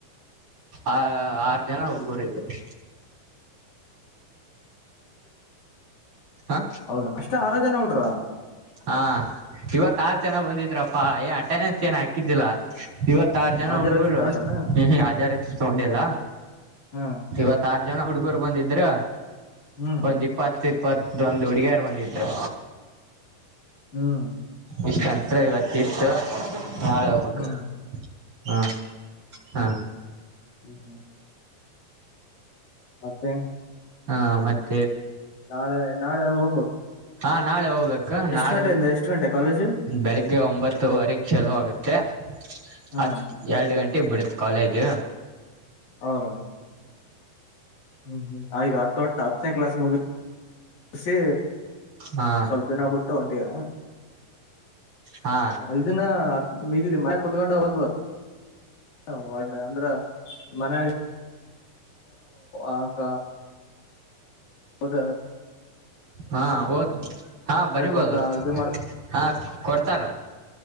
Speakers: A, on the right (about 35°); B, on the left (about 50°).
A: ಆ ಆರು ಜನ ಹುಡ್ಗರು ಇದರು ಹ
B: ಹೌದಣ ಅಷ್ಟ ಆರ ಜನ ಹಡ್ರ
A: ಹಾ ಇವತ್ತ ಆರು ಜನ ಬಂದಿದ್ರಪ್ಪ ಏ ಅಟೆಂಡೆನ್ಸ್ ಏನ್ ಹಾಕಿದ್ದಿಲ್ಲ ಇವತ್ತು ಇತ್ತ ಆಾರ ಜನ
B: ಹಾಜರಾತಿ
A: ಹುಡುಗರು
B: ತಗೊಂಡಾನ
A: ಹ್ಮ ಹಜಾರ್ತಿ ತಗೊಂಡಲ್ಲ
B: ಹಾ
A: ಇವತ್ತ ಆ ಜನ ಹುಡುಗರು ಬಂದಿದ್ರ
B: ಹ್ಮ್
A: ಒಂದ್ ಇಪ್ಪತ್ತುಪ್ಪ ಇಪತೊಂದು ಹುಡುಗಾರ ಬಂದಿದರು
B: ಹ್ಮ್
A: ಇಷ್ಟು ಹತ್ರ ಇವತ್ತಿತ್ತು ನಾಳೆ ಹೋಗಬಕ್ಕೆ
B: ಹ್ಮ್
A: ಹಾ ಹಾ
B: ಹ್ಮ ಹ್ಮ್ ಮತ್ತೆ
A: ಹಾ ಮತ್ತೆ
B: ನಾಳೆ ನಾಳೆ ಹೋಗ
A: ಹಾ ನಾಳೆ ಹೋಗ್ಬೇಕು ನಾಡ್ದು
B: ಗಂಟೆಯಿಂದ ಎಷ್ಟ್ ಗಂಟೆ ಕಾಲೇಜು
A: ಬೆಳಿಗ್ಗೆ ಒಂಬತ್ತುವರೆ ಚಲೋ ಆಗುತ್ತೆ
B: ಹಾ
A: ಹತ್ತು ಎರಡು ಗಂಟೆ ಟ್ಟೆ ಬಿಡುತ್ತ ಕಾಲೇಜ್
B: ಹೌದಾ ಹ್ಮ್ ಹ್ಮ್ ಈಗ ಹತ್ತೊಟ್ಟ ಹತ್ತನೇ ಕ್ಲಾಸ್ ಮುಗಿಸಿ
A: ಹಾ
B: ಸ್ವಲ್ಪ ದಿನ ಬಿಟ್ಟು ಒಂಟಿಯ
A: ಹಾ
B: ಇದನ್ನ ಇಲ್ಲಿ ಮಯ ಕುತ್ಕೊಂಡ ಅವ <unintelligible> ಅಂದ್ರ ಮನ ಆಕ ಓಧ
A: ಹಾ ಹಓದು ಹಾ ಬರಿಬೋದು
B: ಕೊಡ್ತಾ ಇದು
A: ಹಾ ಕೊಡ್ತಾರ